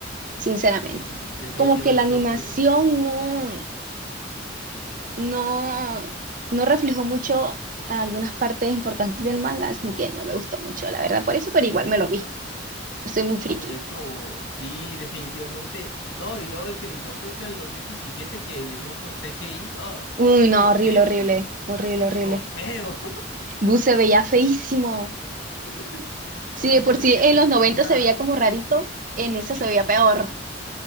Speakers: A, on the right (about 45°); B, on the left (about 80°).
A: sinceramente.
B: Sí, definitivamente
A: Como que la animación
B: creo que,
A: no, no, no reflejó mucho algunas partes importantes del manga, así que no me gustó mucho, la verdad. Por eso, pero igual me lo vi. Soy muy
B: no,
A: friki.
B: de hecho, sí, definitivamente, no, y luego el que le hicieron, creo que en el 2017 que lo hicieron con CGI, oh,
A: Uy,
B: estuvo
A: no, horrible,
B: horrible,
A: horrible, horrible,
B: estuvo
A: horrible.
B: feo.
A: Gus se veía feísimo.
B: <laughs>
A: Si
B: Otra
A: de por
B: cosa
A: sí
B: que
A: en
B: también
A: los 90
B: me gusta,
A: se veía como rarito, en eso
B: sí,
A: se veía peor.